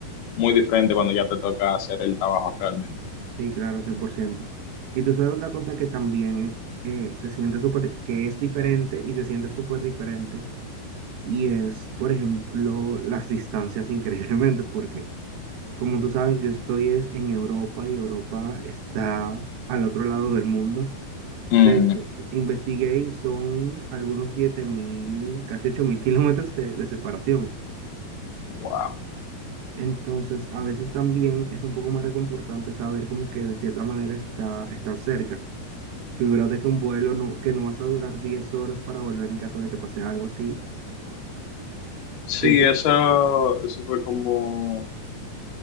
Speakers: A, on the left (about 65°); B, on the right (about 75°).
A: muy diferente cuando ya te toca hacer el trabajo realmente.
B: Sí, claro, cien por ciento Y tú sabes otra cosa que también eh, se siente súper, que es diferente y se siente súper diferente. Y es, por ejemplo, las distancias increíblemente, porque Como tú sabes, yo estoy es en Europa y Europa está al otro lado del mundo.
A: Mm,
B: De hecho, investigué y son algunos 7.000 casi 8.000 kilómetros de, de separación.
A: wow.
B: Entonces, a veces también es un poco más reconfortante saber como que de cierta manera está, están cerca. Figúrate que un vuelo no, que no vas a durar 10 horas para volver en caso de que pase algo así.
A: Sí,
B: Que es-
A: eso, eso fue como,